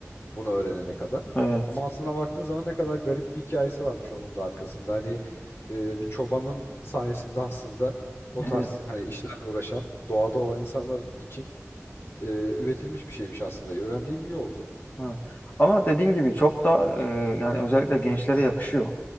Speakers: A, on the left (about 50°); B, on the left (about 30°).
A: bunu öğrenene kadar.
B: Evet.
A: Ama aslına baktığın zaman ne kadar garip bir hikayesi varmış onun da arkasında. Hani e, bir çobanın sayesinde aslında o tarz
B: Evet.
A: hani işlerle uğraşan doğada olan insanlar için e, üretilmiş bir şeymiş aslında. Öğrendiğim iyi oldu.
B: Evet. Ama dediğin gibi çok da e, yani özellikle gençlere yakışıyor.